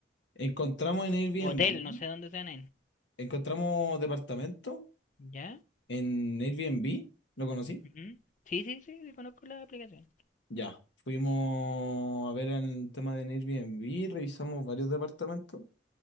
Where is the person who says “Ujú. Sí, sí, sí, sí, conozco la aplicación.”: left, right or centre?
Left